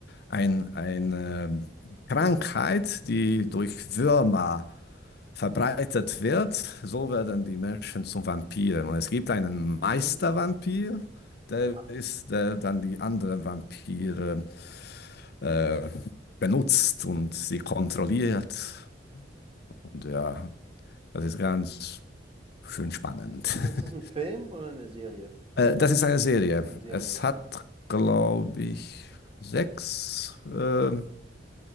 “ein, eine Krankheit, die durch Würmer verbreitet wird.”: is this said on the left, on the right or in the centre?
Left